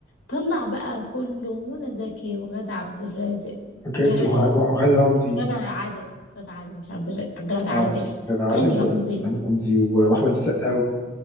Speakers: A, on the left (about 85°); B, on the left (about 15°).
A: طلع بقى كله منى زكي وغادة عبد الرازق
B: بجد
A: غ-
B: وه- وهاني رمزي
A: غادة عادل غادة عادل مش عبد الرازق غادة
B: اه
A: عادل
B: كان عادل
A: وهاني
B: وهاني
A: رمزي
B: رمزي و- واحمد السقا